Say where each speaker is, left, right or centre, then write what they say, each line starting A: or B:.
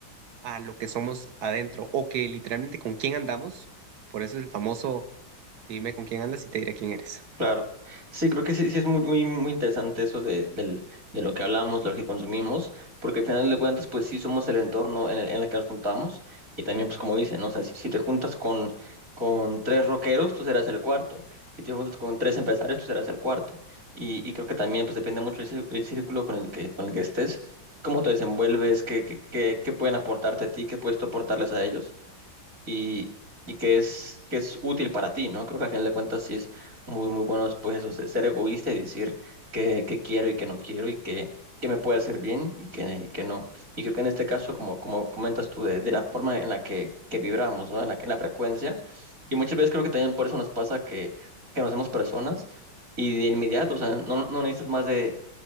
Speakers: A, on the right; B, on the right.
A: a lo que somos adentro o que literalmente con quién andamos. Por eso es el famoso, dime con quién andas y te diré quién eres.
B: Claro. Sí, creo que sí, sí es muy, muy, muy interesante eso de, del- de lo que hablamos, de lo que consumimos, porque al final de cuentas, pues sí somos el entorno en el, en el que nos juntamos y también, pues como dicen, ¿no? O sea, si, si te juntas con, con tres rockeros, tú serás el cuarto. Si te juntas con tres empresarios, tú serás el cuarto. Y, y creo que también, pues depende mucho el, cí- el círculo con el que, con el que estés, cómo te desenvuelves, qué, qué, qué, qué pueden aportarte a ti, qué puedes tú aportarles a ellos y, y que es, que es útil para ti, ¿no? Creo que al final de cuentas sí es muy, muy bueno después eso, se- ser egoísta y decir que que quiero y que no quiero y que que me puede hacer bien y que que no. Y creo que en este caso, como, como comentas tú, de, de la forma en la que, que vibramos, ¿no? En la, en la frecuencia. Y muchas veces creo que también por eso nos pasa que, que nos hacemos personas y de inmediato, o sea, no, no necesitas más de,